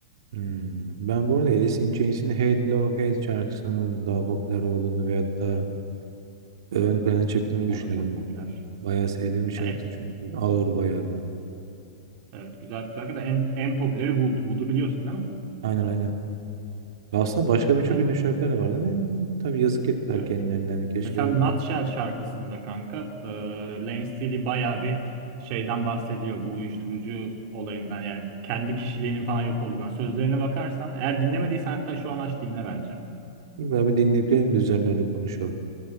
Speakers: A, on the right; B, on the right.
A: Hmm, Ben bu arada Alice in Chains'in Hate Love Hate şarkısının daha popüler olduğunu veyahut da ön plana çıktığını düşünüyordum.
B: O da çok popüler.
A: Bayağı sevdiğim bir şarkı
B: E,
A: çünkü. Ağır bayağı da.
B: evet güzel bir şarkı da en, en popüleri Wood. Wood'u biliyorsun değil mi?
A: Aynen aynen. Ya Aslında başka birçok
B: Yani
A: ünlü şarkılar da vardı. ama Tabii yazık ettiler
B: evet.
A: kendilerine. Yani keşke...
B: Mesela
A: öyle.
B: Nutshell şarkısında kanka e, Lane Staley bayağı bir şeyden bahsediyor bu uyuşturucu olayından yani kendi kişiliğinin falan yok olduğundan. Sözlerine bakarsan eğer dinlemediysen hatta şu an aç dinle bence.
A: Ben bir dinleyip gelelim de üzerine öyle konuşalım.